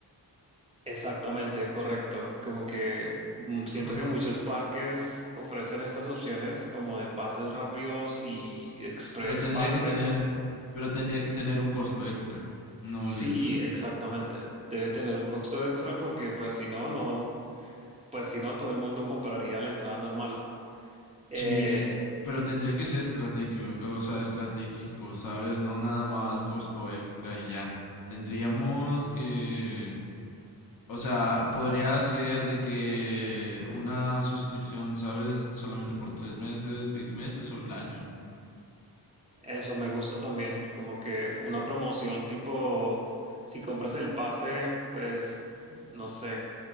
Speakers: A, on the right; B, on the left.
A: exactamente, correcto. Como que mm, siento
B: Ajá.
A: que muchos parques ofrecen estas opciones como de pases rápidos y express
B: Pero tendría
A: pases.
B: que tener, pero tendría que tener un costo extra. No
A: Sí,
B: olvides eso.
A: exactamente. Debe tener un costo extra porque pues si no, no, pues si no, todo el mundo compraría la entrada normal. Eh,
B: Sí, pero tendría que ser estratégico, o sea, estratégico, ¿sabes? No nada más costo extra y ya. Tendríamos que, o sea, podría ser de que una suscripción, ¿sabes? Solamente por tres meses, seis meses o el año.
A: Eso me gusta también, como que una promoción tipo, si compras el pase, pues, no sé,